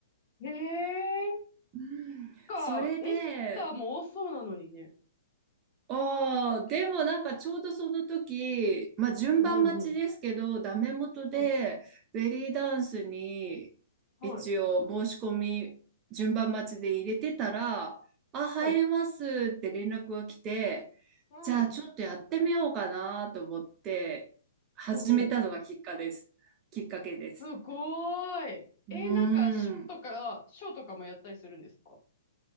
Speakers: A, on the left; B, on the right.
A: う。えー、
B: うんそれで、
A: なんか、インスタも多そうなのにね。
B: ああ、でもなんかちょうどその時、まあ順番待ちですけど、
A: うんうんうん。
B: ダメ元でベリーダンスに一応申し込み順番待ちで入れてたら、
A: うん。はい。
B: あ、入れますって連絡が来て、
A: はい。うん。
B: じゃあちょっとやってみようかなと思って始めたのがきっかです。
A: ほうほう。
B: きっかけです。
A: すごーい。
B: うーん。
A: えーなんか、ショーとか、ショーとかもやったりするんですか